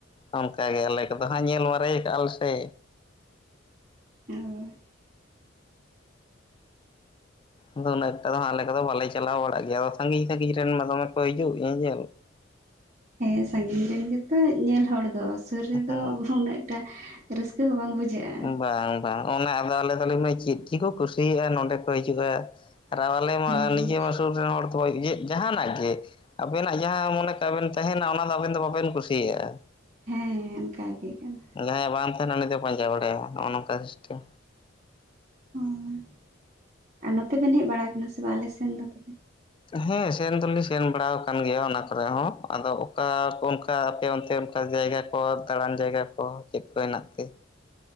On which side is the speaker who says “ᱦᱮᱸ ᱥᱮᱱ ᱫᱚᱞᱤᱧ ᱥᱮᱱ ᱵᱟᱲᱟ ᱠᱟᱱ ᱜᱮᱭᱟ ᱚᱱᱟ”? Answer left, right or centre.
Left